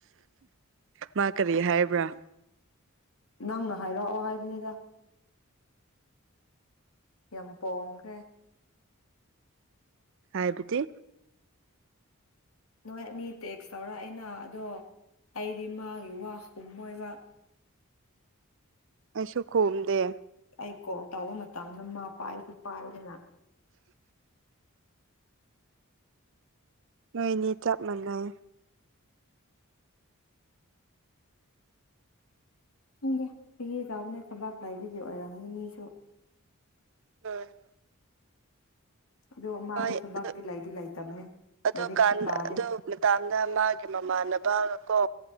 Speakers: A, on the right (about 60°); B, on the left (about 75°).
A: ꯃꯥ ꯀꯔꯤ ꯍꯥꯏꯕ꯭ꯔꯥ
B: ꯅꯪꯅ ꯍꯥꯏꯔꯛꯑꯣ ꯍꯥꯏꯕꯅꯤꯗ ꯌꯥꯝ ꯄꯣꯡꯈ꯭ꯔꯦ
A: ꯍꯥꯏꯕꯤꯗꯤ
B: ꯅꯣꯏ ꯑꯅꯤ ꯇꯦꯛꯁ ꯇꯧꯔꯛꯏꯅ ꯑꯗꯣ ꯑꯩꯗꯤ ꯃꯥꯒꯤ ꯋꯥ ꯑꯨꯝꯃꯣꯏꯕ
A: ꯑꯩꯁꯨ ꯈꯨꯝꯗꯦ
B: ꯑꯩ ꯀꯣꯜ ꯇꯧꯕ ꯃꯇꯝꯗ ꯃꯥ ꯄꯥꯏꯁꯨ ꯄꯥꯏꯗꯅ
A: ꯅꯣꯏꯅꯤ ꯆꯞ ꯃꯥꯟꯅꯩ
B: ꯈꯪꯗꯦ ꯑꯩꯒꯤ ꯅꯠꯇꯕ ꯊꯕꯥꯛ ꯂꯩꯥꯕꯒꯤ ꯑꯣꯏꯔꯝꯅꯤ ꯃꯤꯁꯨ
A: <unintelligible>
B: ꯑꯗꯣ ꯃꯥꯗꯤ
A: ꯑꯣꯏ
B: ꯊꯕꯛꯇꯤ
A: ꯑꯗꯨ
B: ꯂꯩꯗꯤ ꯂꯩꯇꯕꯅꯦ
A: ꯑꯗꯨ
B: ꯂꯥꯏꯔꯤꯛꯁꯨ
A: ꯀꯥꯟ
B: ꯄꯥꯗꯦ
A: ꯑꯗꯨ ꯃ ꯇꯥꯝꯗ ꯃꯥꯒꯤ ꯃꯃꯥꯟꯅꯕꯒ ꯀꯣ